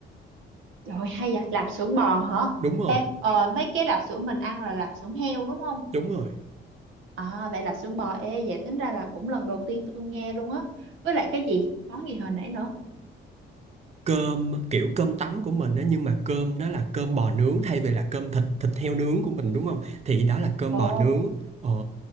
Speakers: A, on the right; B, on the right.
A: trời hay vậy lạp xưởng bò hả
B: Đúng rồi,
A: ê ờ, mấy cái lạp xưởng mình ăn là lạp xưởng heo đúng không
B: đúng rồi.
A: à vậy lạp xưởng bò ê vậy tính ra là cũng lần đầu tiên tôi nghe luôn á với lại cái gì món gì hồi nãy nữa
B: cơm kiểu cơm tấm của mình á nhưng mà cơm đó là cơm bò nướng thay vì là cơm thịt thịt heo nướng của mình đúng không thì đó là cơm
A: ồ
B: bò nướng ờ